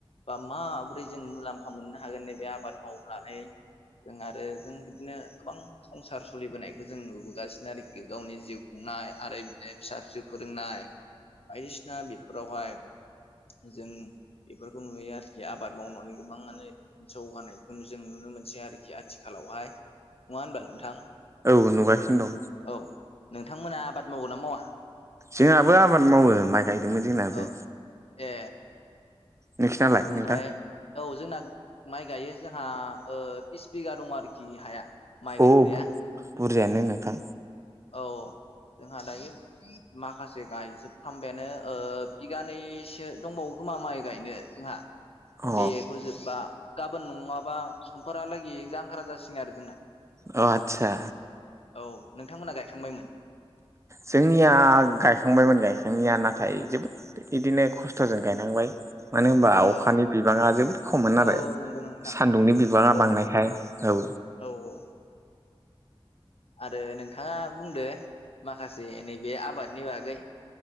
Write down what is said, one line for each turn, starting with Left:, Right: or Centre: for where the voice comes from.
Left: बा माबोरै जों मुलाम्फा मोननो हागोन नैबे आबाद मावनानै जों आरो जों बिदिनो गोबां संसार सोलिबोनायखौ जों नुबोगासिनो आरोखि गावनि जिउ खुंनाय आरो बिदिनो फिसा फिसौ फोरोंनाय बायदिसिना बेफोरावहाय जों बेफोरखौ नुयो आरोखि आबाद मावनानै गोबाङानो जौगानायखौ जों नुनो मोनसै आरोखि आथिखालावहाय नङा होनबा नोंथां
Right: ओ नोगासिनो दं
Left: औ नोंथांमोना आबाद माववो ना मावा
Right: जोंहाबो आबाद मावो माइ गायदोंमोन जोंनाबो
Left: औ ए
Right: नोंसिनालाय
Left: ओमफ्राय
Right: नोंथां
Left: औ जोंना माइ गायो जोंहा बिस बिगा दं आरोखि हाया माइ
Right: अ
Left: गायग्राया
Right: बुरजायानो नोंथां
Left: औ जोंहा दायो माखासे गायजोबफ्राम बायानो बिगानैसो दंबावो खोमा माइ गायनो जोंहा
Right: अ
Left: बेखौ जोब्बा गाबोन नङाबा समफोरहालागै जांखारा जासिगोन आरो जोंना
Right: अ आतसा
Left: औ नोंथांमोना गायखांबायमोन
Right: जोंनिया गायखांबायमोन गायखांनाया नाथाय जोबोद इदिनो खस्थ'जों गायनांबाय मानो होनबा
Left: औ
Right: अखानि बिबाङा जोबोद खममोन
Left: औ
Right: आरो
Left: औ नंगौ नोंथां
Right: सान्दुंनि बिबांडा़
Left: औ
Right: बांनायखाय औ
Left: औ औ आरो नोंथाङा बुंदो माखासे नैबे आबादनि बागै